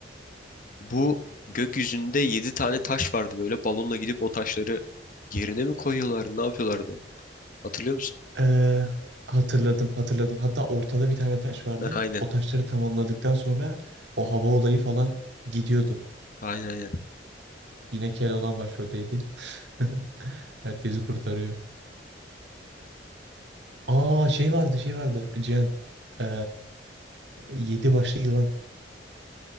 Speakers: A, on the left; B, on the right.
A: bu gökyüzünde 7 tane taş vardı böyle balonla gidip o taşları yerine mi koyuyorlar? Ne yapıyorlardı? Hatırlıyor musun?
B: Ee, hatırladım hatırladım. Hatta ortada bir tane taş vardı.
A: Ha, aynen.
B: O taşları tamamladıktan sonra o hava olayı falan gidiyordu.
A: Aynen aynen.
B: Yine Keloğlan başroldeydi. <laughs> Herkesi kurtarıyor. Aa şey vardı şey vardı Cihan. Ee, yedi başlı yılan.